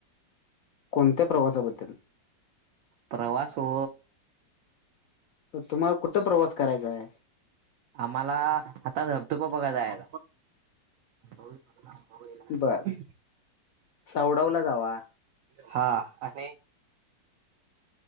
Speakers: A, on the left; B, on the right.
A: कोणत्या प्रवासाबद्दल
B: प्रवास व
A: तुम्हाला कुठं प्रवास करायचा आहे
B: आम्हाला आता धबतुक बघाय जाय भाऊ मला भाऊ
A: बर सावडावला जावा
B: हा आणि